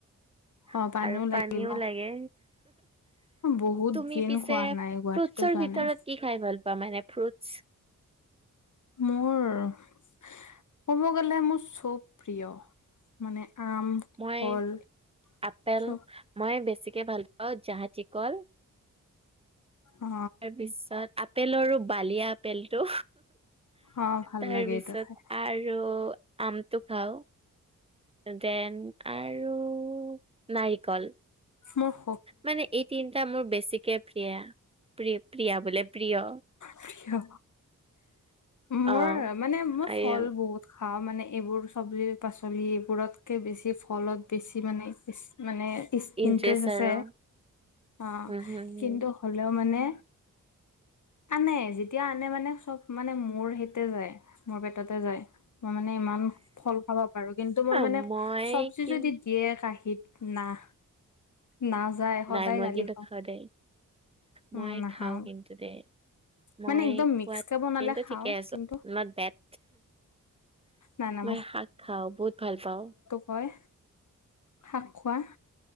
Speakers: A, on the right (about 20°); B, on the left (about 60°).
A: <inaudible>
B: অ
A: আৰু
B: লাগিব
A: পানীও লাগে,
B: বহুত
A: তুমি
B: দিন
A: পিছে
B: খোৱা নাই গুৱাহাটীতো
A: ফ্ৰুটছৰ
B: যোৱা
A: ভিতৰত
B: নাই
A: কি খাই ভাল পোৱা মানে ফ্ৰুটছ,
B: মোৰ ক'ব গ'লে মোৰ চব প্ৰিয়, মানে আম,
A: মই
B: কল।
A: আপেল
B: চব
A: মই বেছিকে ভাল পাওঁ জাহাজিকল।
B: অ
A: তাৰপিছত আপেলৰো বালিয়া আপেলটো,
B: অ ভাল
A: তাৰ
B: লাগে
A: পিছত
B: এইটো খাই
A: আৰু আমটো খাও। যেন আৰু নাৰিকল।
B: স্মুখ,
A: মানে এই তিনটা মোৰ বেছিকে প্ৰিয়া প্ৰি প্ৰিয়া বোলে, প্ৰিয়
B: প্ৰিয় মোৰ
A: অ,
B: মানে মই ফল বহুত খাওঁ মানে এইবোৰ চব্জি পাচলি এইবোৰতকে বেছি ফলত বেছি মানে ইছ মানে, ইচ
A: ইণ্টাৰেষ্ট
B: ইণ্টৰেষ্ট আছে।
A: আৰু
B: অ
A: হম হম হম
B: কিন্তু হ'লেও মানে। আনে যেতিয়া আনে মানে চব মানে মোৰ সেইতে যায় মোৰ পেটতে যায়। মই মানে ইমান ফল খাব পাৰোঁ কিন্তু মই
A: অ,
B: মানে
A: মই
B: চব্জি
A: কি
B: যদি দিয়ে কাঁহীত। নাহ। নাযায় সদায়
A: নাই মই
B: গালি
A: কিন্তু
B: খাওঁ।
A: দেই
B: উম
A: মই
B: নাখাওঁ।
A: খাওঁ কিন্তু দেই মই
B: মানে একদম
A: খোৱাত
B: মিক্স কে বনালে
A: কিন্তু
B: খাওঁ
A: ঠিকে আছোঁ
B: কিন্তু
A: নত বেট।
B: নাই নাই
A: মই শাক খাওঁ। বহুত ভাল পাওঁ।
B: হয়। শাক খোৱা।